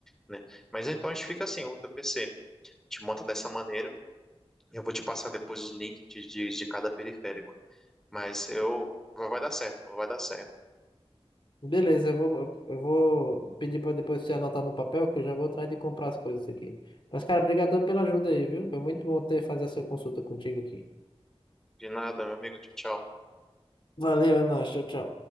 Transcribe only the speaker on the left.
Beleza, eu vou, eu vou pedir para depois você anotar no papel, que eu já vou atrás de comprar as coisas aqui. Mas, cara, brigadão pela ajuda aí, viu? Foi muito bom ter fazer essa consulta contigo aqui.
Valeu, é nóis, tchau, tchau.